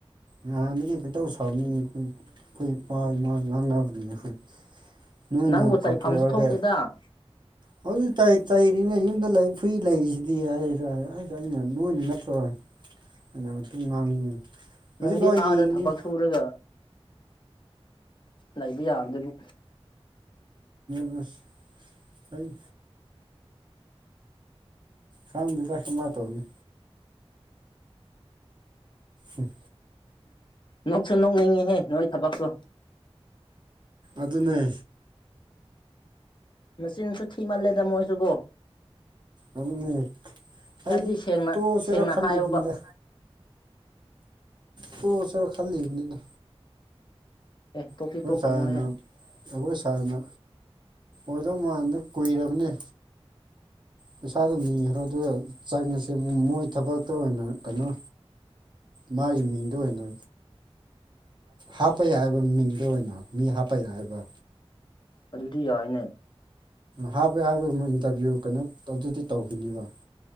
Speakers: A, on the right; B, on the left.
A: ꯅꯍꯥꯟꯗꯒꯤ ꯀꯩꯇꯧ ꯁꯥꯎꯅꯤꯡ ꯑꯩꯈ ꯑꯩꯈꯣꯏ ꯏꯄꯥ ꯏꯃ ꯉꯥꯡꯅꯕꯅꯤꯅꯦ ꯑꯩꯈꯣꯏ ꯅꯣꯏꯅ
B: ꯅꯪꯕꯨ ꯆꯩꯐꯝꯁꯨ
A: ꯀꯥꯎꯊꯣꯛꯑꯒꯦ
B: ꯊꯣꯛꯇꯦꯗ
A: ꯍꯧꯖꯤꯛ ꯇꯥꯏ ꯆꯩꯔꯤꯅꯦ ꯌꯨꯝꯗ ꯂꯩ ꯐꯨꯔꯤ ꯂꯩꯔꯤꯁꯤꯗꯤ ꯍꯥꯏꯔ ꯑꯩꯁ ꯑꯩꯅ ꯅꯣꯏꯅ ꯅꯠꯇꯔ ꯑꯗꯨꯗ ꯃꯇꯨꯡ ꯉꯥꯡꯉꯤ ꯍꯧꯖꯤꯛꯐꯥꯎ
B: ꯅꯪꯗꯤ
A: ꯌꯦꯡꯉꯤꯅꯤ
B: ꯑꯥꯗ ꯊꯕꯛ ꯁꯨꯔꯒ ꯂꯩꯕ ꯌꯥꯔꯗꯕꯨ
A: ꯃꯁ ꯑꯩ ꯁꯥꯡꯗꯨꯗꯁꯨꯃꯥꯏ ꯇꯧꯅꯤ ꯎꯝ
B: ꯅꯣꯛꯁꯨ ꯅꯣꯛꯅꯤꯡꯉꯤꯍꯦ ꯅꯣꯏꯣꯏ ꯊꯕꯛꯁꯨꯣ
A: ꯑꯗꯨꯅꯦ
B: ꯃꯆꯤꯟꯁꯨ ꯊꯤ ꯃꯥꯜꯂꯦꯗ ꯃꯣꯏꯁꯨ ꯀꯣ
A: ꯑꯗꯨ
B: ꯍꯥꯏꯕꯗꯤ
A: ꯑꯩ
B: ꯁꯦꯡꯅ
A: ꯇꯣꯁꯔ
B: ꯁꯦꯡꯅ
A: ꯈꯜꯂꯤꯕꯅꯤꯗ
B: ꯍꯥꯏꯌꯣꯕ
A: ꯇꯣꯀꯁꯤꯔꯥ ꯈꯜꯂꯤꯕꯅꯤꯅ
B: ꯑꯦ ꯇꯣꯛꯇꯤ
A: ꯑꯩꯈꯣꯏ
B: ꯇꯣꯛꯈꯤꯅꯨꯍꯦ
A: ꯁꯅ ꯑꯩꯈꯣꯏ ꯁꯅ ꯑꯣꯗꯣ ꯃꯥꯡꯗ ꯀꯨꯏꯔꯕꯅꯦ ꯄꯩꯁꯥꯗꯣ ꯅꯤꯈ꯭ꯔꯣ ꯑꯗꯨꯒ ꯆꯪꯉꯁꯦ ꯃꯣꯏ ꯊꯕꯛꯇ ꯑꯣꯏꯅ ꯀꯩꯅꯣ ꯃꯥꯒꯤ ꯃꯤꯡꯗ ꯑꯣꯏꯅ ꯍꯥꯞꯄ ꯌꯥꯏꯑꯕ ꯃꯤꯡꯗ ꯑꯣꯏꯅ ꯃꯤ ꯍꯥꯞꯄ ꯌꯥꯏꯕ
B: ꯑꯗꯨꯗꯤ ꯌꯥꯏꯅꯦ
A: ꯍꯥꯞꯄꯩ ꯍꯥꯏꯕꯩ ꯏꯟꯇꯔꯚꯤꯌꯨ ꯀꯩꯅꯣ ꯑꯗꯨꯗꯤ ꯇꯧꯈꯤꯅꯤꯕ